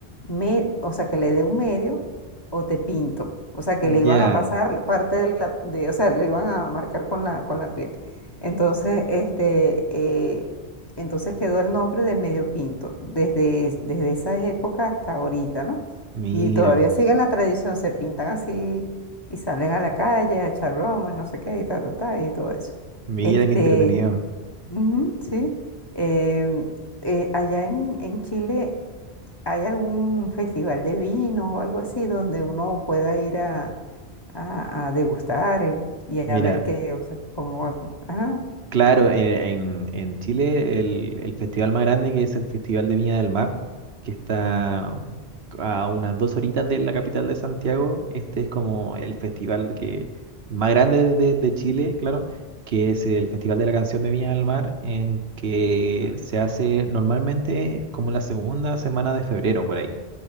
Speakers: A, on the left (about 25°); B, on the right (about 70°).
A: me, o sea, que le dé un medio o te pinto. O sea, que le iban
B: Ya,
A: a pasar parte de la, de, o sea, le iban a marcar con la, con la piel. Entonces, este, eh, entonces quedó el nombre de medio pinto desde, desde esa época hasta ahorita, ¿no?
B: mira,
A: Y todavía siguen la tradición, se pintan así y salen a la calle a echar broma, no sé qué, y ta, ta, ta, y todo eso.
B: mira
A: Este,
B: qué entretenido.
A: Ujú, sí. Em, eh, allá en, en Chile, ¿hay algún festival de vinos o algo así donde uno pueda ir a, a- a degustar eh, y
B: Mira.
A: a ver qué, o sea, cómo... Ajá,
B: Claro, en, en- en Chile el, el festival más grande que es el Festival de Viña del Mar, que está a unas dos horitas de la capital de Santiago, este es como el festival que más grande de, de Chile, claro, que es el Festival de la Canción de Viña del Mar, en que se hace normalmente como la segunda semana de febrero por ahí.